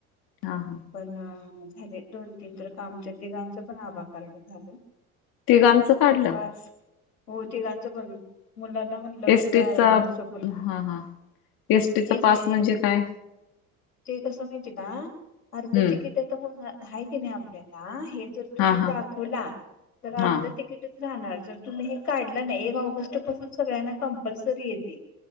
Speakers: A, on the left; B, on the left.
A: हा हा
B: <inaudible> प णअ अ झाले दोन तीन तर कामच तिघांचा पण आभाग पण <unintelligible> झालं
A: तिघांचं काढलं
B: पास हो तेघांचं बणू मुलांना म्हणलं माझ्या
A: एसटीचा
B: अ व्हॉट्सअपवर <unintelligible>
A: हा हा एसटीचा
B: <unintelligible> हेच
A: पास
B: ते
A: म्हणजे
B: अ अम
A: काय
B: ते कस माहिती का अर्ध्य
A: हम्म
B: ती किट आत होन हाय किणी आपडेला आ हे जर तुम्ही
A: हा हा
B: दाद खुला तर
A: हा
B: अर्ध तिकीट जा णार जर तुम्ही हे का नाही नाही एक ऑगस्ट पासून सगळ्यांना काम कपल्सरी येते